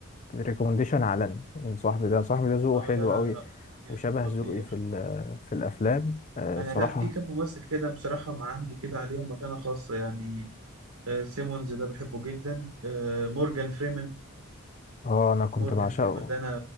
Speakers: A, on the left; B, on the right.
A: ريكومنديشن عالمي من صاحبي ده صاحبي ده ذوقه
B: اه
A: حلو
B: لا لا
A: قوي
B: لا لا خطير
A: وشبه
B: خطير
A: ذوقي في ال- في الافلام آه،
B: انا
A: صراحة
B: لا في كم ممثل كده بصراحه ما عندي كده عليهم مكانه خاصه يعني آه، سيمونز ده بحبه جدا آه، مورجان فريمن
A: اه انا كنت
B: مورجان
A: بعشقه
B: فريمن ده انا